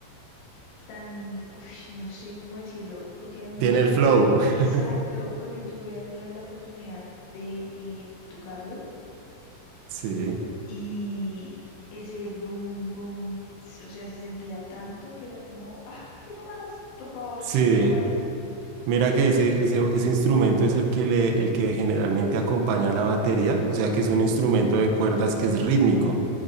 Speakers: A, on the left; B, on the right.
A: tan, uf, no sé cómo decirlo, porque alguna
B: Tiene
A: vez tuve
B: el flow,
A: la oportunidad,
B: <laughs>
A: exacto, porque tuve alguna vez la oportunidad de eh, tocarlo
B: sí,
A: y ese boom, boom, s- o sea, se sentía tanto que era como, ah, quiero más, por favor,
B: sí.
A: no pares.
B: Mira que ese, ese, ese instrumento es el que le, el que generalmente acompaña a la batería, o sea que
A: Ujú,
B: es un instrumento de cuerdas que es rítmico.